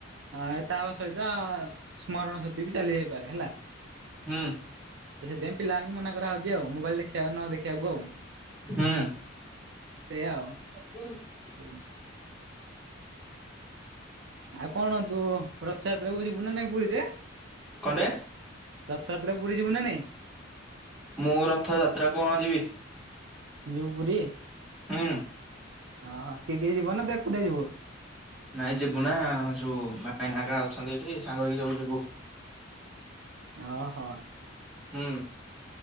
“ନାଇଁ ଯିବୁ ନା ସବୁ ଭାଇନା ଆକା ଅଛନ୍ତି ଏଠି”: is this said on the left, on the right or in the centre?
Centre